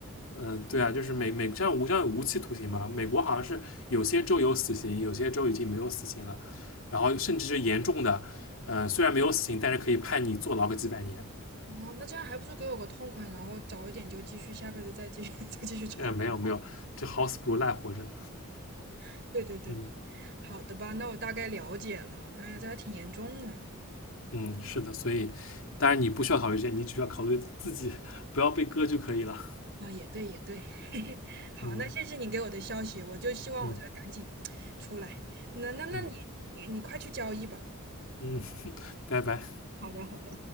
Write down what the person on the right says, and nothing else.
哦，那这样还不如给我个痛快，然后早一点就继续，下辈子再继续 <laughs> 再继续炒。
<laughs> 对对对。
好的吧，那我大概了解了。哎呀，这还挺严重呢。
那也对，也对。<laughs> 好，
那谢谢你给我的消息，我就希望我这个赶紧出来。
那那那你你你快去交易吧。
好的，好的。